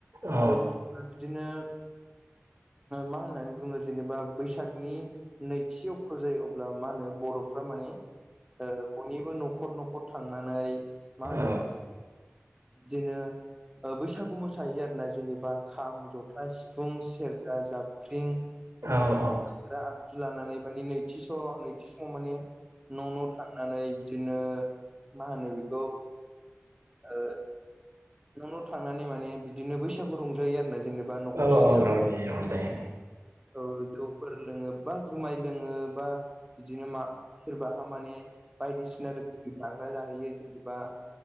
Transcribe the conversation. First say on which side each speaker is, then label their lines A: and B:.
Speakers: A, on the right; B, on the right.
A: औ
B: आरोबाव जों बिदिनो मा होननानै बुङो जेनेबा बैसागनि नैथि अक्ट' जायो अब्ला मा होनो बर'फ्रा माने बयनिबो न'खर न'खर न'खर थांनानै मा होनो
A: औ
B: बिदिनो बैसागु मोसायो आरो ना जेनेबा खाम जथा सिफुं सेरजा जाब ख्रिं
A: औ औ
B: आरो आगजु लानानै माने नैथिस नैथिस' माने न' न' थाङो नानै बिदिनो मा होनो बेखौ ओ न' न' थांनानै माने बिदिनो बैसागु रंजायो आरोना जेनेबा न'खरसेयाव
A: औ औ रंजायो रंजायो।
B: औ जौफोर लोङो बा जुमाय लोङो बा बिदिनो मा सोरबा थारमाने बायदिसिना रोखोमनि जाग्रा जाहैयो जेनेबा